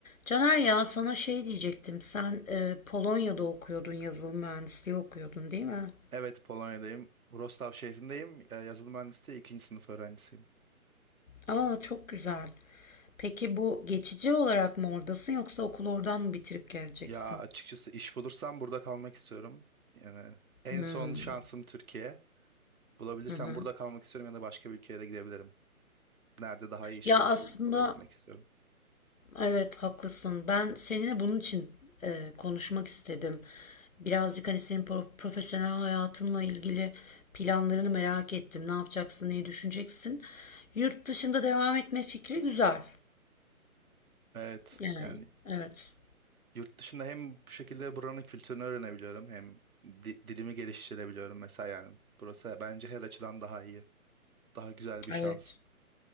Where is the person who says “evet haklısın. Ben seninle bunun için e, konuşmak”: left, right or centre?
Left